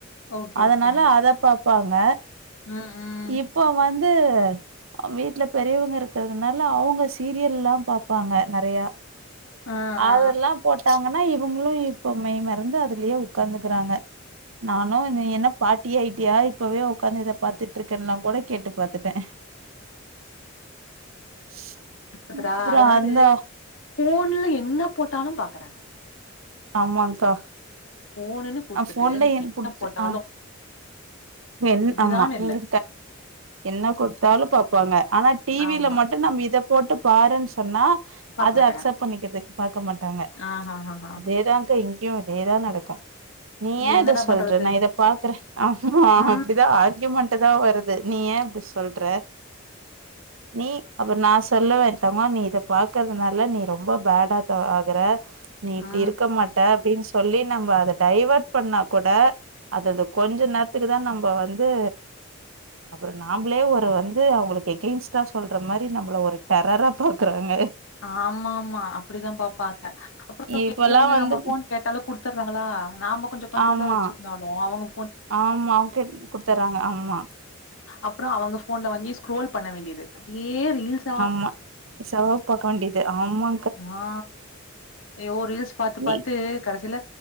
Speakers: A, on the left; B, on the right.
A: ஓகே
B: அதனால
A: ஓகே
B: அத பாப்பாங்க
A: ம் ம்
B: இப்போ வந்து வீட்ல பெரியவங்க இருக்கறதுனால அவுங்க சீரியல்லா பாப்பாங்க நெறைய
A: ஆ ஆ
B: அதெல்லா போட்டாங்கன்னா இவுங்களு இப்போ மெய் மறந்து அதுலயே உக்காந்துகிறாங்க நா னு என்ன பாட்டி ஆயிட்டியா இப்பவே உக்காந்து இத பாத்துட்டு இருக்கேன்லா கூட கேட்டு பாத்துட்டே <inaudible>
A: <unintelligible> ரா
B: அப்றோ
A: அதாவது
B: அந்த
A: ஃபோன்ல என்ன போட்டாலு பாக்குறாங்க
B: ஆமாங்கா
A: ஃபோனுன்னு குடுத்துட்டு
B: ஆ ஃபோன்ல ஏன் புத்து
A: என்ன போட்டாலு
B: ஆ என்
A: இதுதான்
B: ஆமா
A: இல்ல
B: நீங்க என்ன குடுத்தாலு பாப்பாங்க ஆனா டிவில
A: ஆமா
B: மட்டு நம்ம இத போட்டு பாருனு சொன்னா
A: பாக்க
B: அது
A: மாட்டாங்க
B: அக்சப்ட் பண்ணிக்கிறது பாக்க மாட்டாங்க
A: ஆ ஹா ஹா ஹா
B: அதேதா ட்டு இங்கியு இதேதா நடக்கூ நீ ஏ
A: என்னடா
B: இத சொல்ற
A: பண்றது
B: நா இத பாக்குறே அ ஆமா
A: ஆ
B: அப்டிதா ஆர்கியூமெண்ட் டுதா வருது நீ ஏ அப்டி சொல்ற நீ அப்றோ நா சொல்லுவே தமா நீ இத பாக்குறதுனால நீ ரொம்போ பேடா த ஆகுற நீ
A: ஆ
B: இப்டி இருக்க மாட்ட அப்டின் சொல்லி நம்பஅத டைவர்ட் பண்ணா கூட அது அந்த கொஞ்சோ நேர்த்துக்கு தா நம்போ வந்து அப்றோ நாம்ளே ஒரு வந்து அவுங்குளுக்கு அகெயின்ஸ்ட்டா சொல்ற மாரி நம்மள ஒரு டெரரா பாக்குறாங்க
A: ஆமா மா அப்டிதா பாப்பாங்க அப்றோ
B: இப்பல்லா
A: பெரியவங்க
B: வந்து
A: நம்ம ஃபோன் கேட்டாலு குடுத்துர்றாங்ளா நாம கொஞ்சோ கண்ட்ரோலா
B: ஆமா
A: வெச்சிருந்தாலு அவுங்க
B: ஆமா அவுக்கிட் குடுத்துற்றாங்க ஆமா
A: அப்றோ அவுங்க ஃபோன்ல வாங்கியே ஸ்கரோல் பண்ண வேண்டியது அப்டியே ரீல்ஸ்
B: ஆம்மா செவப்பாக்கவேண்டிது ஆம்மா
A: ஆ ஐயோ ரீல்ஸ் பாத்து
B: நீ
A: பாத்து கடைசில